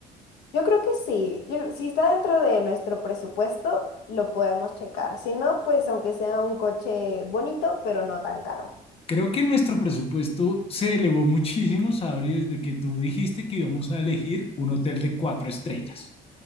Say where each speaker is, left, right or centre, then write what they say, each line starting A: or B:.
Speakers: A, on the left (about 80°); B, on the left (about 35°).
A: Yo creo que sí. Yo creo- si está dentro de nuestro presupuesto, lo podemos checar. Si no, pues aunque sea un coche bonito, pero no tan caro.
B: Creo que nuestro presupuesto se elevó muchísimo, Sabri, desde que tú dijiste que íbamos a elegir un hotel de cuatro estrellas.